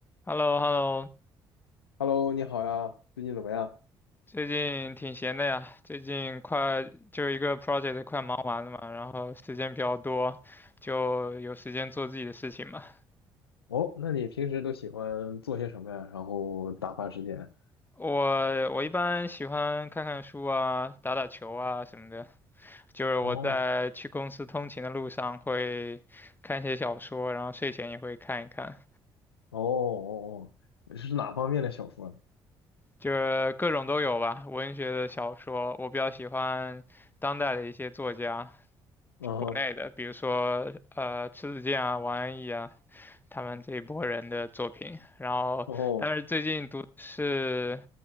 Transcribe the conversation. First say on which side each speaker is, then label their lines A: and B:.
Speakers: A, on the left; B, on the left.
A: h e l l o h e l l o
B: Hello，你好呀，最近怎么样？
A: 最近挺闲的呀，最近快就一个 project 快忙完了嘛，然后时间比较多，就有时间做自己的事情嘛。
B: 哦，那你平时都喜欢做些什么呀？然后打发时间？
A: 我我一般喜欢看看书啊，打打球啊什么的。就是我在去公司通勤的路上会看一些小说，
B: 哦
A: 然后睡前也会看一看，
B: 哦哦哦，是哪方面的小说呢？
A: 就是各种都有吧。文学的小说，我比较喜欢当代的一些作家，
B: 嗯哼，
A: 国内的，比如说呃迟子建啊、王安忆啊。他们这一波人的作品。然后，
B: 哦
A: 但是最近读的是